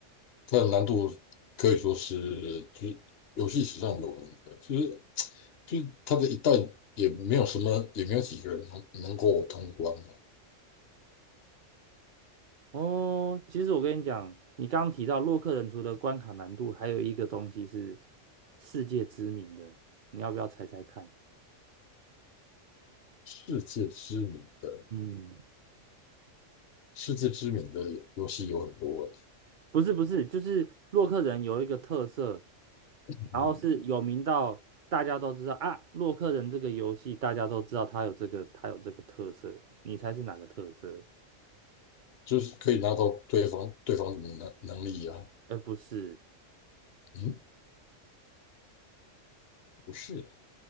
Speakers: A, on the left (about 60°); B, on the right (about 50°).
A: 它的难度可以说是就游戏史上有名的，就是就是它的一代也没有什么也没有几个人能能够通关的
B: 哦，其实我跟你讲，你刚刚提到洛克人除了关卡难度，还有一个东西是世界知名的，你要不要猜猜看？
A: 世界知名的
B: 嗯，
A: 世界知名的游戏有很多欸，
B: 不是不是，就是洛克人有一个特色，
A: 嗯，
B: 然后是有名到大家都知道啊，洛克人这个游戏大家都知道它有这个它有这个特色，你猜是哪个特色？
A: 就是可以拿到对方对方的能能力啊，
B: 而不是，
A: 嗯，不是，